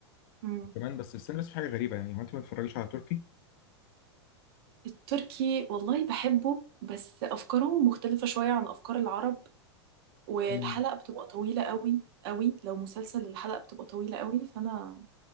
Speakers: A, on the right (about 55°); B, on the left (about 50°).
A: أمم.
B: كمان بس استنى بس في حاجة غريبة يعني هو انت ما بتتفرجيش على تركي
A: التركي والله بحبه بس أفكارهم مختلفة شوية عن أفكار العرب والحلقة
B: مم.
A: بتبقى طويلة قوي قوي لو مسلسل الحلقة بتبقى طويلة قوي فأنا